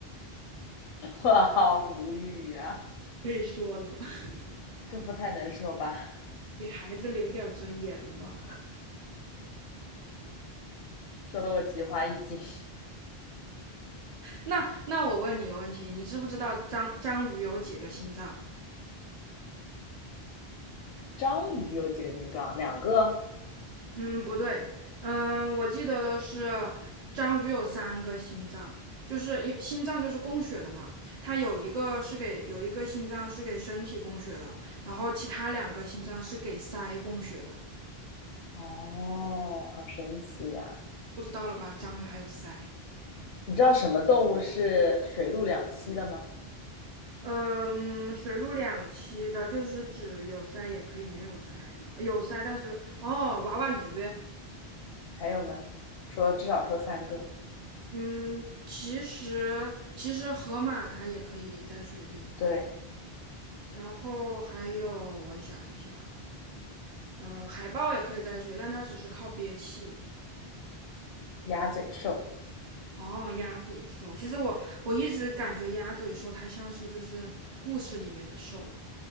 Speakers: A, on the left; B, on the right.
A: 我好无语啊！
B: 可以说的吗？<laughs>
A: 这不太能说吧？
B: 给孩子留点儿尊严吧。
A: 说的我菊花一紧。<laughs>
B: 那那我问你一个问题，你知不知道章章鱼有几个心脏？
A: 章鱼有几个心脏？两个。
B: 嗯，不对，嗯，我记得的是章鱼有三个心脏，就是因心脏就是供血的嘛，它有一个是给有一个心脏是给身体供血的，然后其他两个心脏是给鳃供血的，
A: 哦，好神奇啊，
B: 不知道了吧？章鱼还有鳃。
A: 你知道什么动物是水陆两栖的吗？
B: 嗯，水陆两栖的，就是指有鳃也可以没有鳃的，有鳃但是哦，娃娃鱼。
A: 还有呢，说至少说三个，
B: 嗯，其实其实河马它也可以在水里，
A: 对，
B: 然后还有我想一下，嗯，海豹也可以在水，但它只是靠憋气。
A: 鸭嘴兽，
B: 哦，鸭嘴兽，其实我我一直感觉鸭嘴兽它像是就是故事里面的兽。